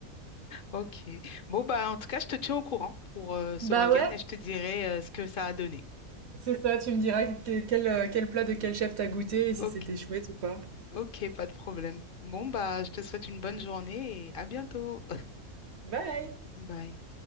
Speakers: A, on the left; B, on the right.
A: ok. Bon, bah en tout cas, je te tiens au courant pour euh, ce
B: Bah
A: week-end
B: ouais,
A: et je te dirai euh, ce que ça a donné.
B: C'est ça, tu me diras que- quel, euh, quel plat de quel chef t'as goûté et si
A: Ok,
B: c'était chouette ou pas.
A: ok, pas de problème. Bon, bah, je te souhaite une bonne journée et à bientôt.
B: Bye!
A: <laughs> Bye.